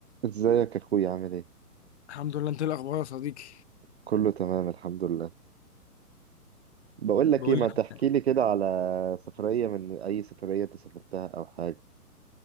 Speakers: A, on the right; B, on the left.
A: ازيك يا اخويا عامل ايه
B: الحمد لله انت ايه الاخبار يا صديقي
A: كله تمام الحمد لله بقول لك
B: بقول
A: ايه ما
B: لك
A: تحكي لي كده على سفرية من اي سفرية انت سافرتها او حاجة